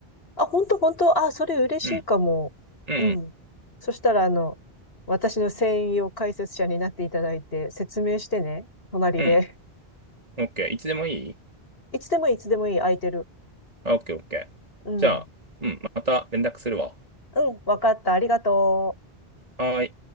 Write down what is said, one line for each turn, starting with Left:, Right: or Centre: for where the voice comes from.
Left: あ、本当本当あ、それ嬉しいかも。
Right: うん。うん、
Left: うん。そしたら、あの、私の専用解説者になっていただいて、説明してね、隣で。
Right: うん、うん。オッケー。いつでもいい
Left: <laughs> いつでもいいいつでもいい、空いてる。
Right: あ、オッケー、オッケー。
Left: うん。
Right: じゃあ、うん、また連絡するわ。
Left: うん、わかった。ありがとう。
Right: はーい。